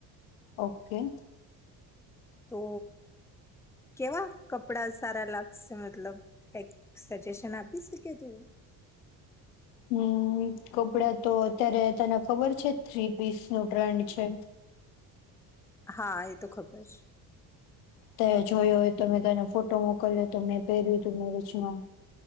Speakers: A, on the left (about 80°); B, in the centre.
A: ઓકે.
B: તો કેવા કપડા સારા લાગશે, મતલબ કાઈક સજેશન આપી શકે કે તું?
A: હમ્મ કપડા તો અત્યારે તને ખબર છે થ્રી પીસ નું ટ્રેન્ડ છે?
B: હા એ તો ખબર છે.
A: તે જોયો હોય તો મેં તને ફોટો મોકલ્યો તો મેં પહેર્યું તું મેં વચમાં.